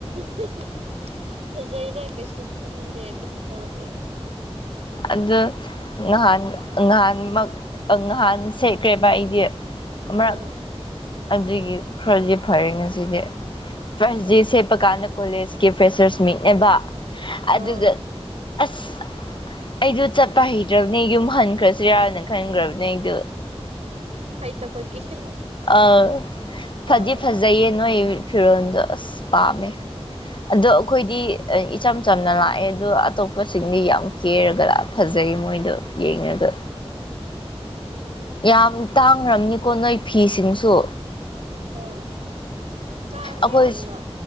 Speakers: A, on the right; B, on the left.
A: <unintelligible> ꯐꯖꯩꯗ ꯀꯩꯁꯨ ꯈꯟꯗꯦ ꯀꯩꯁꯨ ꯇꯧꯗꯦ
B: ꯑꯗꯨ ꯉꯍꯥꯟ ꯉꯍꯥꯟꯃꯛ ꯉꯍꯥꯟ ꯁꯦꯠꯈ꯭ꯔꯦꯕ ꯑꯩꯗꯤ ꯑꯃꯔꯛ
A: ꯎꯝ
B: ꯑꯗꯨꯒꯤ ꯈꯔꯗꯤ ꯐꯩꯌꯦ ꯉꯁꯤꯗꯤ ꯐꯥꯔꯁ
A: ꯑꯣ
B: ꯗꯦ ꯁꯦꯠꯄ ꯀꯥꯟꯗ ꯀꯣꯂꯦꯖꯀꯤ ꯐꯦꯁ꯭ꯔꯁ ꯃꯤꯠꯅꯦꯕ ꯑꯗꯨꯒ
A: ꯑꯥ
B: ꯑꯁ ꯑꯩꯗꯨ ꯆꯠꯄ ꯍꯩꯗ꯭ꯔꯕꯅꯦ ꯌꯨꯝ ꯍꯟꯈ꯭ꯔꯁꯤꯔꯅ ꯈꯟꯈ꯭ꯔꯕꯅꯦ ꯑꯩꯗꯣ
A: ꯍꯩꯇꯕꯒꯤ <unintelligible>
B: ꯑ ꯐꯗꯤ
A: ꯑꯥ
B: ꯐꯖꯩꯌꯦ ꯅꯣꯏ ꯐꯤꯔꯣꯟꯗꯣ ꯑꯁ ꯄꯥꯝꯃꯦ ꯑꯗꯣ ꯑꯩꯈꯣꯏꯗꯤ ꯏꯆꯝ ꯆꯝꯅ ꯂꯥꯛꯑꯦ ꯑꯗꯨ ꯑꯇꯣꯞꯄꯁꯤꯡꯗꯤ ꯌꯥꯝ ꯀꯦꯔꯒ ꯂꯛ ꯐꯖꯩ ꯃꯣꯏꯗꯣ ꯌꯦꯡꯉꯒ
A: <unintelligible>
B: ꯌꯥꯝ ꯇꯥꯡꯔꯝꯅꯤꯀꯣ ꯅꯣꯏ ꯐꯤꯁꯤꯡꯁꯨ
A: ꯑ ꯇꯥꯡꯉꯦ
B: ꯑꯩꯈꯣꯏ
A: ꯌꯥꯝꯅ